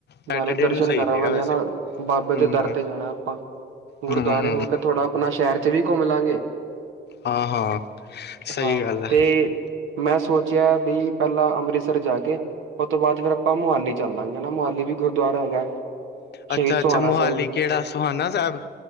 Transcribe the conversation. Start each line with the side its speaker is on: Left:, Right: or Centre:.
Left: ਸੈਟਰਡੇ
Right: ਨਾਲੇ, ਦਰਸ਼ਨ
Left: ਨੂੰ ਸਹੀ
Right: ਕਰਾਵਾਂਗੇ
Left: ਰਹੇਗਾ ਵੈਸੇ
Right: ਨਾ, ਬਾਬੇ
Left: ਹਮ
Right: ਦੇ ਦਰ ਤੇ ਜਾਣਾ ਆਪਾਂ, ਗੁਰਦੁਆਰੇ
Left: ਹਮ ਹਮ
Right: ਹੋ ਕੇ, ਥੋੜ੍ਹਾ ਆਪਣਾ ਸ਼ਹਿਰ ਚ, ਵੀ ਘੁੰਮ ਲਵਾਂਗੇ।
Left: ਹਾਂ ਹਾਂ ਸਹੀ
Right: ਹਾਂ,
Left: ਗੱਲ ਹੈ
Right: ਤੇ ਮੈਂ ਸੋਚਿਆ, ਬਈ ਪਹਿਲਾਂ ਅੰਮ੍ਰਿਤਸਰ ਜਾ ਕੇ, ਉਹ ਤੋਂ ਬਾਅਦ, ਫੇਿਰ ਆਪਾਂ ਮੋਹਾਲੀ ਚੱਲਾਂਗੇ, ਨਾ ਮੋਹਾਲੀ ਵੀ, ਗੁਰਦੁਆਰਾ ਹੈਗਾ? ਸ਼ਹੀਦ
Left: ਅੱਛਾ--ਅੱਛਾ
Right: ਸੁਹਾਨਾ
Left: ਮੋਹਾਲੀ
Right: ਸਾਹਿਬ
Left: ਕਿਹੜਾ ਸੁਹਾਨਾ? ਸਾਹਿਬ